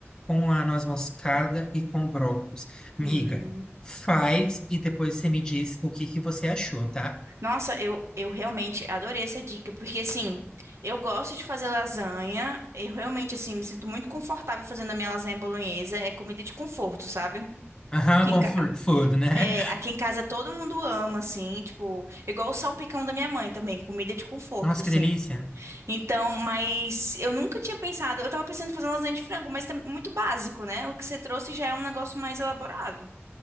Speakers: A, on the left; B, on the right.
A: com a noz moscada e com o brócolis.
B: Hum.
A: Miga, faz e depois você me diz o que que você achou, tá?
B: Nossa, eu, eu realmente adorei essa dica, porque assim, eu gosto de fazer lasanha, eu realmente assim me sinto muito confortável fazendo a minha lasanha bolonhesa, é comida de conforto, sabe?
A: Aham,
B: que
A: com comfort food, né?
B: É, aqui em casa todo mundo ama, assim, tipo, igual o salpicão da minha mãe também, comida de conforto,
A: Nossa,
B: assim.
A: que delícia.
B: Então, mas eu nunca tinha pensado, eu tava pensando em fazer uma lasanha de frango, mas tá muito básico, né? O que você trouxe já é um negócio mais elaborado.